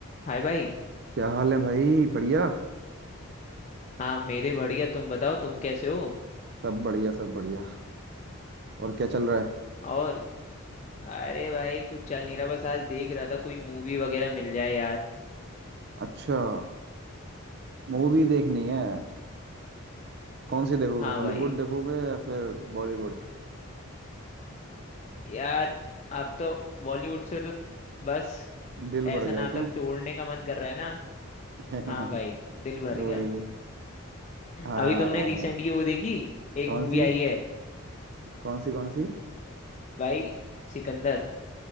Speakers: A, on the left (about 30°); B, on the right (about 50°).
A: हाय भाई
B: क्या हाल है भाई बढ़िया
A: हाँ मेरे बढ़िया तुम बताओ तुम कैसे हो
B: सब बढ़िया सब बढ़िया और क्या चल रहा है
A: और अरे भाई कुछ चल नहीं रहा बस आज देख रहा था कोई मूवी वगैरह मिल जाए यार
B: अच्छा मूवी देखनी है कौन सी देखोगे
A: हाँ
B: हॉलीवुड
A: भाई
B: देखोगे या फिर बॉलीवुड
A: यार अब तो बॉलीवुड से तो बस
B: दिल
A: ऐसा
B: भर गया
A: नाता
B: क्यों
A: तोड़ने का मन कर रहा है ना
B: <laughs>
A: हाँ भाई दिल भर
B: वही
A: गया
B: हाँ
A: अभी तुमने रिसेंटली वो देखी एक
B: कौन
A: मूवी
B: सी
A: आई है
B: कौन सी कौन सी
A: भाई सिकंदर